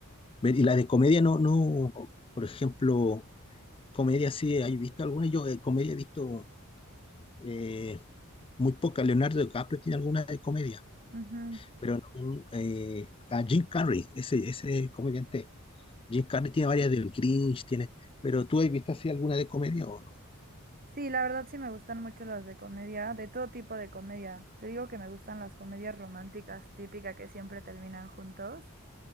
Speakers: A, on the left; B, on the right.
A: Ver- Y la de comedia no, no, por ejemplo, comedia sí, ¿hay visto alguna? Yo de comedia he visto eh, muy poca. Leonardo DiCaprio tiene alguna de comedia,
B: Ujú.
A: pero no, eh, a Jim Carrey, ese, ese comediante. Jim Carrey tiene varias del Grinch, tiene, pero ¿tú has visto así alguna de comedia o no?
B: Sí, la verdad sí me gustan mucho las de comedia, de todo tipo de comedia. Te digo que me gustan las comedias románticas típicas que siempre terminan juntos.